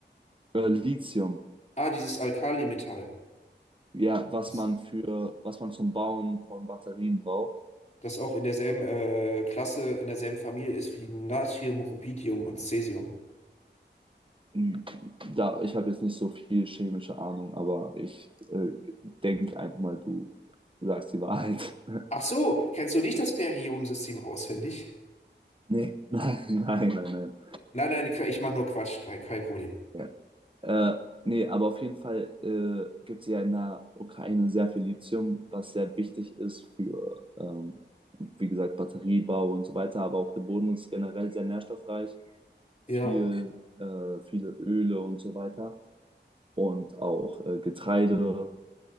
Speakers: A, on the right (about 25°); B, on the left (about 40°).
A: äh, Lithium,
B: Ah, dieses Alkalimetall.
A: ja, was
B: Das
A: man für, was man zum Bauen von Batterien braucht.
B: das auch in derselben äh, Klasse, in derselben Familie ist wie Natrium, Rubidium und Cäsium.
A: Hm, Da, ich habe jetzt nicht so viel chemische Ahnung, aber ich äh, denke einfach mal, du sagst die Wahrheit. <laughs>
B: Ach so, kennst du nicht das Periodensystem auswendig?
A: Nee, nein, nein, nein, nein.
B: Nein, nein, ich mache nur Quatsch, kein, kein Problem.
A: Ja. Äh, nee, aber auf jeden Fall äh, gibt es ja in der Ukraine sehr viel Lithium, was sehr wichtig ist für, ähm, wie gesagt, Batteriebau und so weiter, aber auch der Boden ist generell sehr nährstoffreich, viel,
B: Ja,
A: äh, viele Öle und so weiter. Und auch äh, Getreide